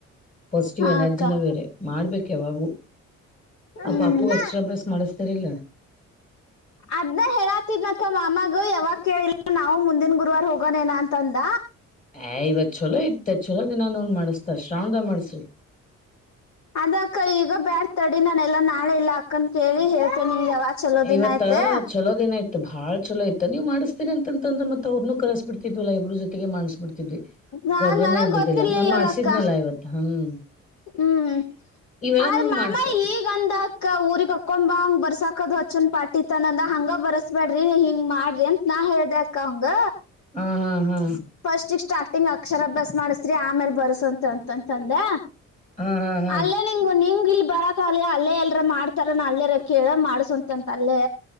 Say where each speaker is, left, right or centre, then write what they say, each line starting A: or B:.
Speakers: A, on the left; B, on the left.
A: ಪಾಸಿಟಿವ್
B: ಹಾ
A: ಎನರ್ಜಿನ
B: ಅಕ್ಕ
A: ಬೇರೆ ಮಾಡ್ಬೇಕ ಯಾವಾಗೂ
B: ಹ್ಮ್
A: ಆ ಪಾಪು ಅಕ್ಷರಾಭ್ಯಾಸ ಮಾಡಸ್ತಾರಿಲ್ಲ
B: ಅದ್ನ ಹೇಳಾತಿದ್ನಕ್ಕ ಮಾಮಗ ಯಾವಾಗ ಕೇಳಿಲ್ಲ ನಾವು ಮುಂದಿನ ಗುರುವಾರ ಹೋಗೋನೇನ ಅಂತಂದ
A: ಹಾ ಇವತ್ತ ಚಲೋ ಇತ್ತು ಮತ್ತೆ ಚಛಲೋ ದಿನ ನೋನ್ ಮಾಡಿಸತಾರ ಶ್ರಾವಣದ ಮಾಡಸ್ರಿ
B: ಅದು ಅಕ್ಕ, ಈಗ ಬೇಡ ತಡಿ. ನಾನು ಎಲ್ಲಾ ನಾಳೆ ಇಲ್ಲ, ಅಕ್ಕನನ್ನು ಕೇಳಿ. ಹೇಳ್ತೀನಿ, ನಿಮಗೆ ಯಾವ ಚಲೋ ದಿನ
A: ಇವತ್ತ
B: ಆಯ್ತು?
A: ಚಲೋ ದಿನ ಇತ್ತು ಬಾಳ್ ಚಲೋ ಆಯ್ತ್, ನೀವು ಮಾಡ್ತೀರಿ ಅಂತಂದ್ರ. ಮತ್ತ ಅವ್ರರನ್ನೂ ಕರೆಸ್ಬ ಬಿಡ್ತಿದ್ವಲ್ಲ ಇಬ್ರ ಜೊತೆ. ಒಟ್ಟಿಗೆ ಮಾಡ್ಸ್ಬಿಡ್ತೀವಿ,
B: ನಾನ್
A: ಪ್ರಾಬ್ಲಮೇ
B: ನನಗ್
A: ಇರೋದಿಲ್ಲ.
B: ಗೊತ್ತಿರ್ಲಿಲ್ಲಲ್ಲ
A: ನಾನು ಮಾಡ್ಸಿದ್ದೆನಲ್ಲ
B: ಅಕ್ಕ
A: ಇವತ್ತು. ಹ್ಮ್
B: ಹ್ಮ್
A: ಇವೆಲ್ಲಾ
B: ಆದ್ರಾ
A: ನೀವು
B: ಮಾಮ
A: ಮಾಡ್ಸ
B: ಈಗಂದ ಅಕ್ಕ ಊರಿಗ್ ಹಕೊಂಬ ಹಂಗ್ ಬರ್ಸಾಕದ ಅಚ್ಚನ್ ಪಾಟಿತನಂದ ಹಂಗ ಬರಸ್ಬ್ಯಾಡ್ರಿ ಹಿಂಗ ಮಾಡ್ರಿ ಅಂತ ನಾ ಹೇಳ್ದ ಅಕ್ಕ ಹಂಗ
A: ಹಾ ಹಾ ಹಾ
B: ಫಸ್ಟ್ ಸ್ಟಾರ್ಟ್ ಟಿಂಗ್ ಅಕ್ಷರ ಅಭ್ಯಾಸ ಮಾಡಿಸ್ರಿ ಆಮೇಲ್ ಬರ್ಸ್ರಿ ಅಂತ ಅಂತಂತಂದೆ
A: ಹಾ ಹಾ ಹಾ
B: ಅಲ್ಲೇ ಲಿಂಗು ನಿಂಗ್ ಇಲ್ ಬರಕಾಗ್ಲಿಲ್ಲ ಅಲ್ಲೆ ಎಲ್ರ ಮಾಡ್ತಾರೇನೋ ಅಲ್ಲೆ ಇರಕ್ಕೇಳ್ ಮಾಡ್ಸ್ವಂತೆ ಅಂತ ಅಲ್ಲೇ